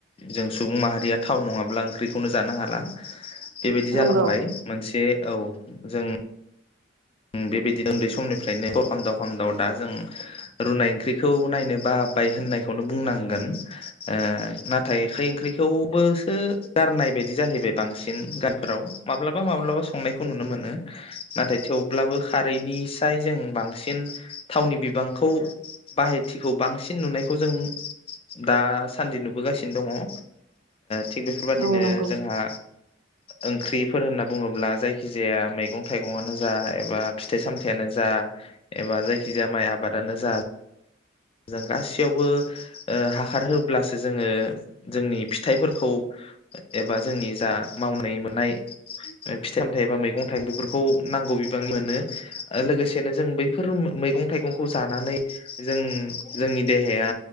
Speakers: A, on the left; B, on the right.
A: जों सुबुं माहारिया थाव नङाब्ला ओंख्रिखौनो जानो हाला। बेबायदि जालांबाय
B: नंगौ
A: मोनसे ओव जों उम बेबादिनो उन्दै समनिफ्रायनो सर खामदाव खामदाव दा जों रुनाय ओंख्रिखौ नायनो बाबाय होननायखौनो बुंनांगोन। ओ नाथाय खारै ओंख्रिखौबोसो गारनाय बायदि बिदि जाहैबाय बांसिन गामिफोराव माब्लाबा माब्लाबा संनायखौ नुनो मोनो। नाथाय बो खारैनिसाय जों बांसिन थावनि बिबांखौ बाहायथिखौ बांसिन नुनायखौ जों दासान्दि नुबोगासिनो दङ। ओ थिग थिग बेफोरबादिनो
B: औ नंगौ
A: जोंहा ओंख्रिफोर होनना बुङोब्ला जायखि जाया मैगं थाइगङानो जा एबा फिथाइ सामथायानो जा एबा जायखिजाया माइ आबादानो जा जों गासैयावबो ओ हाखार होब्लासो जोङो जोंनि फिथाइफोरखौ ए एबा जोंनि जा मावनाय मोननाय ओ फिथाइ सामथाइ एबा मैगं थाइगंफोरखौ नांगौ बिबां मोनो ओ लोगोसेनो जों बैफोर मो मैगंखौ जानानै जों जोंनि देहाया